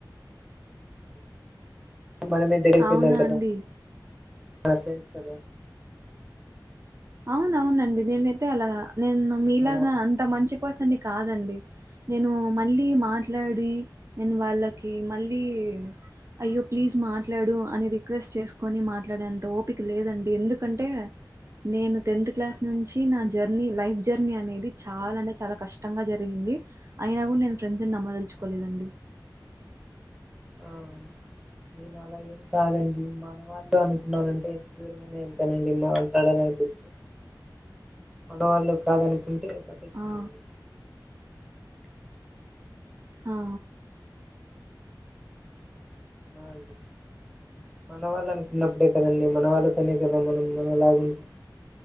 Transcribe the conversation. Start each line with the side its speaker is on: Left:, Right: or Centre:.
Centre: మనమే దగ్గరకి
Right: అవునా
Centre: వెళ్ళాలి కదా
Right: అండి
Centre: ప్రసేస్ కదా
Right: అవునవునండి నేనైతే అలా నేను మీలాగా
Centre: మన
Right: అంత మంచి పర్సన్ ని కాదండి నేను మళ్ళీ మాట్లా కిట్లాడి నెను వాళ్ళకి మళ్ళీ అయ్యో ప్లీజ్ మాట్లాడు అని రిక్వెస్ట్ చేసుకొని మాట్లాడే అంత ఓపిక లేదండి ఎందుకంటే నేను టెన్త్ క్లాస్ నుంచి ఇది నా జర్నీ లైఫ్ జర్నీ అనేది చాలా అంటే చాలా కష్టంగా జరిగింది అయినా కూడా నేను ఫ్రెండ్స్ నమ్మదలుచుకోలేదండి
Centre: ఆ నేను అలా ఏం కాదండి మన వాళ్ళు అనుకున్నానంటే ఎంత దూరమైనా వెళ్తానండి మా మాట్లాడాలనిపిస్తే మన వాళ్ళు కాదనుకుంటే పట్టిచ్చుకొనండి
Right: ఆ హా
Centre: అండి మన వాళ్ళు అనుకున్నప్పుడే కదండి మన వాళ్ళతోనే కదా మనం మనంలాగుంటాం